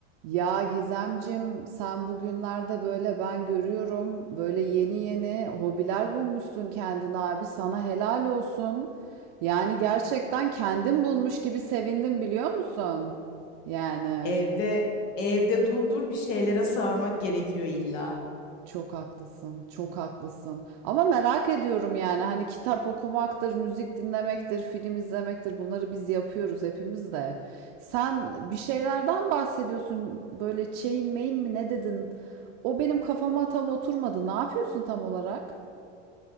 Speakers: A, on the right (about 55°); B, on the left (about 75°).
A: Ya Gizemcim, sen bugünlerde böyle ben görüyorum böyle yeni yeni hobiler bulmuşsun kendine abi. Sana helal olsun. Yani gerçekten kendin bulmuş gibi sevindim biliyor musun? Yani.
B: Evde evde durdur bir şeylere sarmak gerekiyor illa.
A: Çok haklısın, çok haklısın. Ama merak ediyorum yani hani kitap okumaktır, müzik dinlemektir, film izlemektir bunları biz yapıyoruz hepimiz de. Sen bir şeylerden bahsediyorsun böyle chain main mi ne dedin? O benim kafama tam oturmadı. Ne yapıyorsun tam olarak?